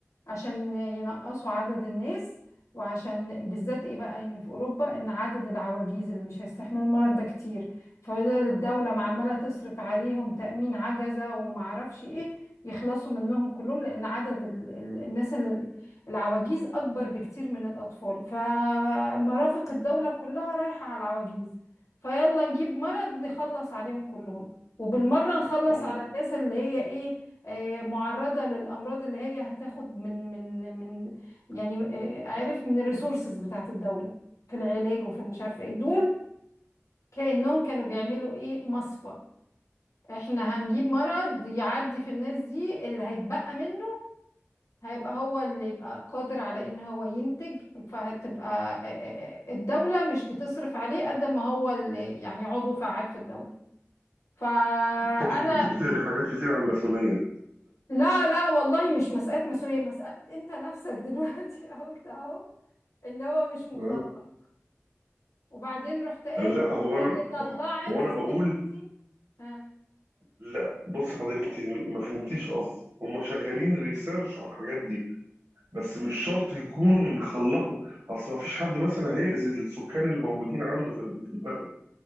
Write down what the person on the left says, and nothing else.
عشان ينقصوا عدد الناس وعشان بالذات ايه بقى ان في اوروبا ان عدد العواجيز اللي مش هيستحملوا المرض ده كتير فالدولة عمالة تصرف عليهم تأمين عجزة ومعرفش ايه يخلصوا منهم كلهم لان عدد ال ال الناس اللي العواجيز اكبر بكتير من الاطفال فمرافق الدولة كلها رايحة على العواجيز فيلا نجيب مرض نخلص عليهم كلهم وبالمرة نخلص
على الناس اللي هي ايه آه، معرضة للأمراض اللي هي هتاخد من من من يعني آه، عارف من الريسورسز بتاعت الدولة في العلاج وفي المش عارفة ايه دول كأنهم كانوا بيعملوا ايه مصفى احنا هنجيب مرض يعدي في الناس دي اللي هيتبقى منه هيبقى هو اللي يبقى قادر على ان هو ينتج فهتبقى آه، آه، آه، الدولة مش بتصرف عليه قد ما هو اللي يعني عضو فعال في الدولة فانا
لا لا والله مش مسألة ماسونية مسألة انت نفسك دلوقتي <laughs> قلت اهو ان هو مش مخاطر
وبعدين رحت ايه
ان
طلعت
اسمها
ايه دي ها